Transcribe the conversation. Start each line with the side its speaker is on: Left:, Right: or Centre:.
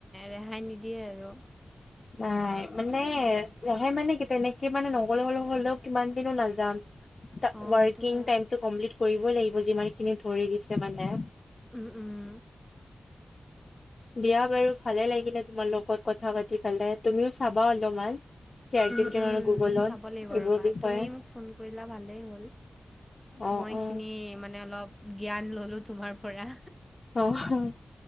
Centre: ৰেহাই নিদিয়ে আৰু।
Left: নাই। মানে, ৰেহাই মানে, কি তেনেকে মানে, নগ'লে হ'লে হ'লেও, কিমান দিননো নাযাম।
Centre: অঁ
Left: ৱৰ্কিং
Centre: সেইটো হয়
Left: টাইমতো, কমপ্লিট কৰিবই লাগিব, যিমানখিনি ধৰি দিছে মানে।
Centre: উম, উম।
Left: দিয়া বাৰু ভালে লাগিলে, তোমাৰ লগত কথা পাতি পেলাই। তুমিও চাবা অলপমান? Set G
Centre: um!
Left: P T
Centre: উম!
Left: নহ'লে গুগলত
Centre: চাব লাগিব,
Left: এইবোৰৰ
Centre: ৰ'বা।
Left: বিষয়ে
Centre: তুমি মোক ফোন কৰিলা, ভালেই হ'ল।
Left: অ
Centre: মই
Left: অ
Centre: এইখিনি, মানে অলপ, জ্ঞান ললোঁ তোমাৰ পৰা।
Left: অ'!